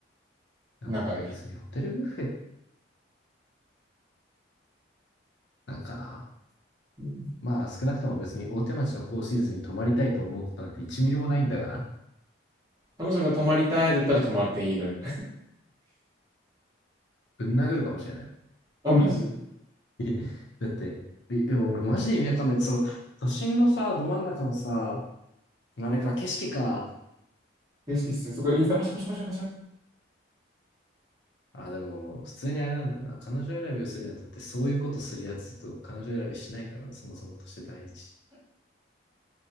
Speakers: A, on the left (about 65°); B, on the right (about 20°).
A: でも別にホテルビュッフェ
B: 中で。
A: なんかな。
B: うん
A: まあ少なくとも別に大手町のフォーシーズンに泊まりたいと思うことなんて1ミリもないんだがな。
B: 彼女が泊まりたいだったら泊まっていいぐらいの。
A: ぶん殴るかもしれない。
B: <laughs> あ、マジで。
A: <laughs> だって、いいや俺マジで意味わかんない。その、都心のさ、ど真ん中のさ、あれか、景色か。
B: 嬉しっすよ。そこでインスタパシャパシャパシャパシャ。
A: あ、でも、普通にあれなんだよな。彼女選びをするにあたって、そういうことするやつと彼女選びしないからな、そもそもとして第一。